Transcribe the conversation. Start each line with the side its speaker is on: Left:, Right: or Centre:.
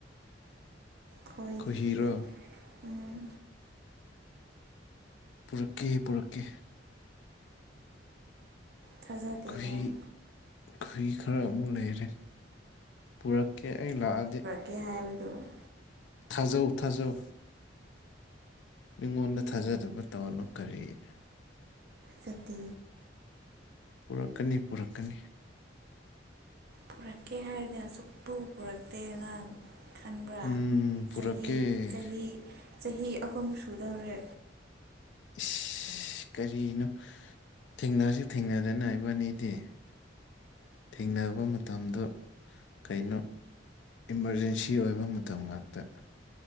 Right: ꯈꯣꯏꯍꯤ
Left: ꯈꯣꯍꯤꯔꯣ
Right: ꯎꯝ
Left: ꯄꯨꯔꯛꯀꯦ ꯄꯨꯔꯛꯀꯦ
Right: ꯊꯥꯖꯗꯦ
Left: ꯈꯨꯨꯍꯤ
Right: ꯑꯩ
Left: ꯈꯨꯨꯍꯤ ꯈꯔꯥ ꯑꯃꯨꯛ ꯂꯩꯔꯦ ꯄꯨꯔꯛꯀꯦ ꯑꯩ ꯂꯥꯛꯑꯗꯤ
Right: ꯀꯩ ꯍꯥꯏꯕꯅꯣ
Left: ꯊꯥꯖꯧ ꯊꯥꯖꯧ ꯃꯤꯉꯣꯟꯗ ꯊꯥꯖꯗꯕ ꯇꯧꯅꯨ ꯀꯔꯤꯅꯣ
Right: ꯅꯠꯇꯦ
Left: ꯄꯨꯔꯛꯀꯅꯤ ꯄꯨꯔꯛꯀꯅꯤ
Right: ꯄꯨꯔꯛꯀꯦ ꯍꯥꯏꯔꯒ ꯁꯨꯛ ꯄꯨ ꯄꯨꯔꯛꯇꯦ ꯅꯪ ꯈꯪꯕ꯭ꯔꯥ
Left: ꯎꯝ ꯄꯨꯔꯛꯀꯦ
Right: ꯆꯍꯤ ꯆꯍꯤ ꯆꯍꯤ ꯑꯍꯨꯝ ꯁꯨꯗꯧꯔꯦ
Left: ꯏꯁ ꯀꯔꯤꯅꯣ ꯊꯦꯡꯅꯁꯨ ꯊꯦꯡꯅꯗꯅ ꯏꯕꯅꯤꯗꯤ ꯊꯦꯡꯅꯕ ꯃꯇꯝꯗꯨ ꯀꯩꯅꯣ ꯏꯃꯥꯔꯖꯦꯟꯁꯤ ꯑꯣꯏꯕ ꯃꯇꯝ ꯉꯥꯛꯇ꯫